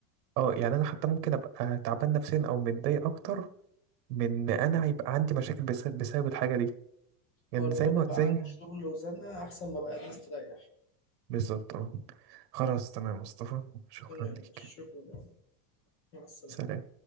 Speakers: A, on the right (about 70°); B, on the left (about 25°).
A: اه يعني أنا حتى ممكن أبقى تعبان نفسيا أو متضايق أكتر من إن أنا يبقى عندي مشاكل بس... بسبب الحاجة دي يعني
B: أو اللي
A: زي
B: هو
A: ما
B: يبقى
A: زي
B: عندي شغل وزنقة أحسن ما بقى مستريح
A: بالظبط اه خلاص تمام مصطفى شكرا
B: تمام
A: ليك
B: شكرا يا عمر. مع السلامة
A: سلام